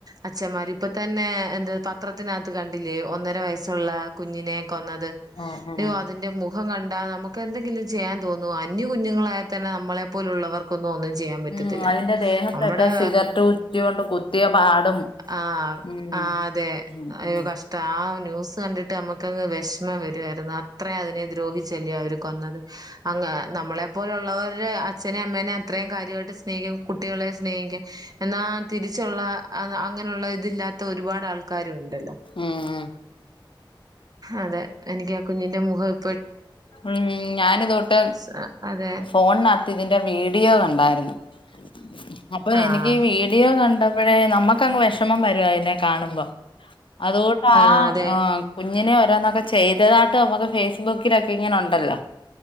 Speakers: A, on the right; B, on the left.
A: അച്ഛമാര് ഇപ്പൊ തന്നെ എന്ത് പത്രത്തിനകത്ത് കണ്ടില്ലേ ഒന്നര വയസ് ഉള്ള കുഞ്ഞിനെ കൊന്നത്
B: ഉം ഉം
A: അയ്യോ അതിന്റെ മുഖം കണ്ടാ നമുക്ക് എന്തെങ്കിലും ചെയ്യാൻ തോന്നുമോ അന്യ കുഞ്ഞുങ്ങളായൽ തന്നെ നമ്മളെ പോലുള്ളവർക്കൊന്നും ഒന്നും ചെയ്യാൻ പറ്റത്തില്ല
B: ഉം അതിന്റെ ദേഹത്തൊക്കെ
A: നമ്മടെ
B: <unintelligible> കൊണ്ട് കുത്തിയ പാടും
A: ആഹ്
B: ഉം
A: ആഹ് അതെ
B: ഉം
A: അയ്യോ
B: ഉം
A: കഷ്ടം ആ ന്യൂസ് കണ്ടിട്ട് അമ്മക്ക്ങ്ങ് വി വിഷമം വരുവായിരുന്നു അത്രയും അതിനെ ദ്രോഹിച്ചല്ലേ അവര് കൊന്നത് അങ്‌ നമ്മളെ പോലുള്ളവര് അച്ഛനേ അമ്മേനെ അത്രയും കാര്യമായിട്ട് സ്നേഹിക്കും കുട്ടികളെയെ സ്നേഹിക്കും. എന്നാ തിരിച്ചുള്ള അങ്ങനെയുള്ള ഇതില്ലാത്ത ഒരുപാട് ആൾക്കാരു ണ്ടല്ലോ?
B: ആഹ്
A: അതെ എനിക്ക് ആ കുഞ്ഞിന്റെ മുഖം ഇ
B: ഉം. ഞാനിതൊട്ട്
A: സ അതെ
B: ഫോണിനകത്ത് ഇതിന്റെ വീഡിയോ കണ്ടായിരുന്നു. <inaudible> അപ്പൊ
A: ആഹ്
B: എനിക്ക് വീഡിയോ കണ്ടപ്പോഴേ നമ്മുക്കങ്ങ് വെഷമം വരുവ അതിനെ കാണുമ്പോ. അതുകൊണ്ട്
A: ആഹ് അതെ
B: ആ കുഞ്ഞിനെ ഓരോന്നൊക്കെ ചെയ്തതായിട്ട് നമ്മുക്ക് ഫേസ് ബുക്കിലൊക്കെ ഇങ്ങനെ ഉണ്ടല്ലോ